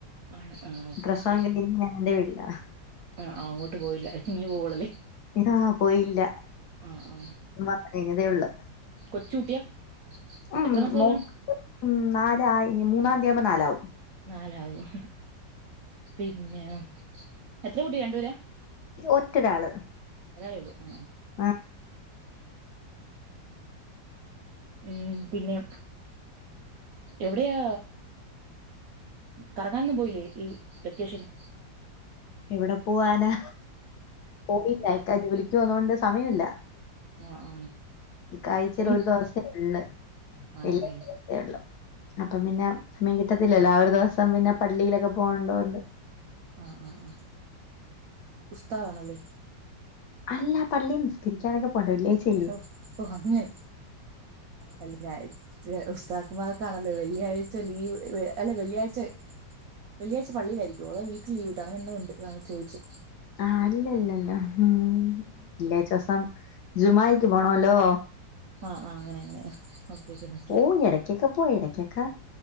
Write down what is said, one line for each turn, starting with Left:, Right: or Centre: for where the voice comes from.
Right: ആണ് ആ ഓക്കെ
Left: പ്രസവം
Right: ഓക്കെ
Left: കഴിഞ്ഞ് ഞാനെന്റെ വീട്ടിലാ
Right: ആ ആ അങ്ങോട്ട് പോയില്ല ഇനി പോവൊള്ളൂ അല്ലെ
Left: ആ പോയില്ല
Right: ആ ആ
Left: ഒരു മാസം കഴിഞ്ഞതേ ഉള്ളൂ
Right: കൊച്ചു കുട്ടിയാ
Left: ഉം
Right: എത്ര മാസം
Left: മോക്ക്
Right: ആയിക്കാണും
Left: ഉം നാലായി മൂന്നാംതിയാവുമ്പോ നാലാവും
Right: നാലാകും പിന്നെ എത്ര കുട്ടി രണ്ടുപേരാ
Left: ഒറ്റൊരാള്
Right: ഒരാളെ ഒള്ളൂ ആ
Left: ആഹ്
Right: ഉം പിന്നെ എവിടെയാ കറങ്ങാനൊന്നും പോയില്ലേ ഈ വെക്കേഷന്
Left: എവിടെ പോവാനാ പോയില്ല ഇക്കാ ജോലിക്ക് പോന്നോണ്ട് സമയം ഇല്ല
Right: ആ ആ
Left: ക്ക് ആഴ്ചയിൽ
Right: തനിക്ക്
Left: ഒരു ദിവസേ ഒള്ള്
Right: ആണല്ലേ
Left: വെള്ളിയാഴ്ച ദിവസേ ഒള്ളു അപ്പം പിന്നെ സമയം കിട്ടത്തില്ലല്ലോ ആ ഒരു ദിവസം പിന്നെ പള്ളിയിലൊക്കെ പോകണ്ട കൊണ്ട്
Right: ആ ആ ആ ഉസ്താതാണല്ലേ
Left: അല്ല പള്ളി നിസ്കരിക്കാനൊക്കെ പോണ്ടേ വെള്ളിയാഴ്ചയല്ലേ
Right: ഓ ഓ അങ്ങനെ അല്ല ഞാ <inaudible> ച്ച് ഉസ്താദുമാ കാണല്ലേ വെള്ളിയാഴ്ച ലീവ് അല്ല വെള്ളിയാഴ്ച വെള്ളിയാഴ്ച പള്ളിയിലായിരിക്കൊ അതോ വീട്ടിൽ ലീവ് കിട്ടോ അങ്ങനെ എന്തോ ഉണ്ട് അതാ ഞാൻ ചോയിച്ചേ
Left: ആ അല്ല അല്ല അല്ല ഉം വെള്ളിയാഴ്ച ദിവസം ജുമായിക്ക് പോണോല്ലോ
Right: ആ ആ അങ്ങനെ അങ്ങനെ ഓക്കെ ഓക്കെ മനസ്സിലായി
Left: പോവും എടക്കൊക്കെ പോവും എടക്ക് കേക്കാ